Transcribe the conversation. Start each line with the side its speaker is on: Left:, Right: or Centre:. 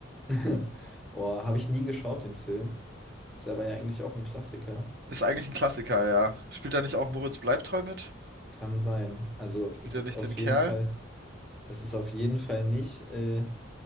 Centre: <laughs> Oh, habe ich nie geschaut, den Film. Ist aber ja eigentlich auch ein Klassiker.
Right: Ist eigentlich ein Klassiker, ja. Spielt da nicht auch Moritz Bleibtreu mit?
Centre: Kann sein. Also
Right: Spielt
Centre: es
Right: er
Centre: ist
Right: nicht
Centre: auf
Right: den Kerl?
Centre: jeden Fall, es ist auf jeden Fall nicht. Äh,